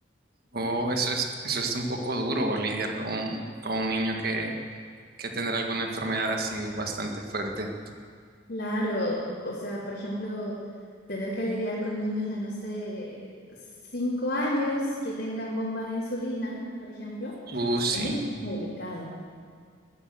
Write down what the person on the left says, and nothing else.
Claro, o sea, por ejemplo, tener que lidiar con niños de, no sé, cinco años que tengan bomba de insulina, por ejemplo,
es un tema delicado.